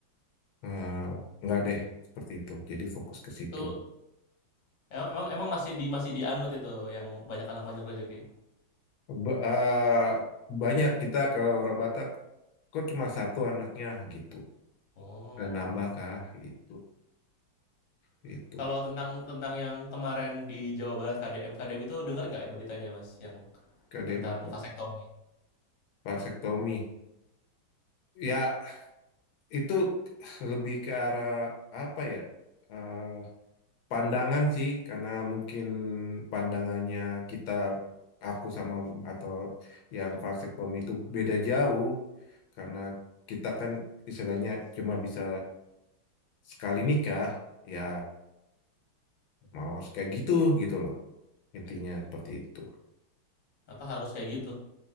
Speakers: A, on the left (about 80°); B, on the left (about 45°).
A: eh, enggak deh seperti itu jadi fokus ke situ
B: itu emang emang emang masih di masih dianut itu yang banyak anak banyak rezeki?
A: Ba- eh, banyak kita kalau orang Batak kok cuma satu anaknya gitu
B: Oh,
A: dan nambah kah gitu itu
B: kalau tentang tentang yang kemarin di Jawa Barat KDM KDM itu dengar nggak ya beritanya, Mas, yang
A: kedema
B: tentang
A: pak
B: vasektomi?
A: vasektomi ya itu lebih ke arah apa ya? eh, pandangan sih, karena mungkin pandangannya kita, aku sama atau yang vasektomi itu beda jauh, karena kita kan istilahnya cuma bisa sekali nikah, ya mau kayak gitu gitu loh, intinya seperti itu.
B: Apa harus kayak gitu?